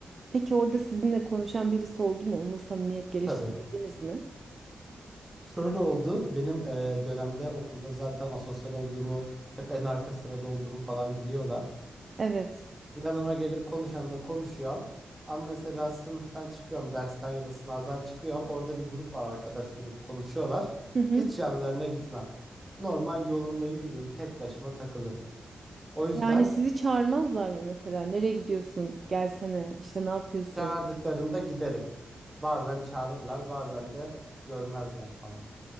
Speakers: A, on the right; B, on the right.
A: Peki orada sizinle konuşan birisi oldu mu? Onunla samimiyet geliştirebildiniz
B: Tabii.
A: mi?
B: Şöyle oldu. Benim e, dönemde okulda zaten asosyal olduğumu, hep en arka sırada olduğumu falan biliyorlar.
A: Evet.
B: Yanıma gelip konuşanla konuşuyorum. Ama mesela sınıftan çıkıyorum, dersten ya da sınavdan çıkıyorum. Orada bir grup var, arkadaş grubu konuşuyorlar.
A: Hı hı.
B: Hiç yanlarına gitmem. Normal yolumda yürürüm, tek başıma takılırım. O yüzden
A: Yani sizi çağırmazlar mı mesela? Nereye gidiyorsun? Gelsene. İşte ne yapıyorsun?
B: çağırdıklarında giderim. Bazen çağırırlar, bazen de görmezler falan.